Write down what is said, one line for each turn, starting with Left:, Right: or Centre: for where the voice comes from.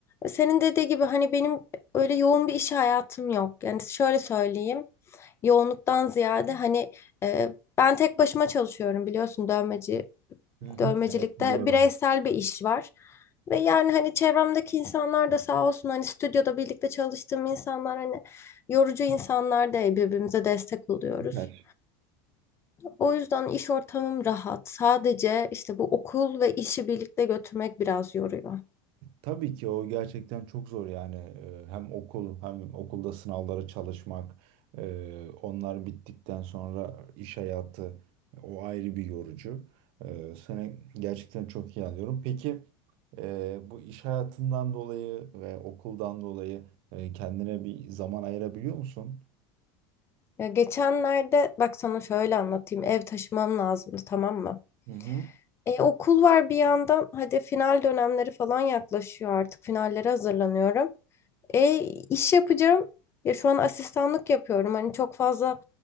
Left: senin dediği gibi hani benim öyle yoğun bir iş hayatım yok. Yani şöyle söyleyeyim yoğunluktan ziyade hani e, ben tek başıma çalışıyorum biliyorsun dövmeci
Right: Hı hı.
Left: dövmecilikte
Right: Evet biliyorum.
Left: bireysel bir iş var. Ve yani hani çevremdeki insanlar da sağ olsun hani stüdyoda birlikte çalıştığım insanlar hani yorucu insanlar değil birbirimize destek oluyoruz.
Right: Süper.
Left: O yüzden iş ortamım rahat. Sadece işte bu okul ve işi birlikte götürmek biraz yoruyor.
Right: Tabii ki o gerçekten çok zor yani Ee, hem okul hem okulda sınavlara çalışmak ee, onlar bittikten sonra iş hayatı o ayrı bir yorucu. Ee, Seni gerçekten çok iyi anlıyorum. Peki ee, bu iş hayatından dolayı ve okuldan dolayı e, kendine bir zaman ayırabiliyor musun?
Left: Ya geçenlerde bak sana şöyle anlatayım. Ev taşımam lazımdı tamam mı?
Right: Hı hı.
Left: E, okul var bir yandan. Hadi final dönemleri falan yaklaşıyor artık. Finallere hazırlanıyorum. E, iş yapacağım. Ya şu an asistanlık yapıyorum. Hani çok fazla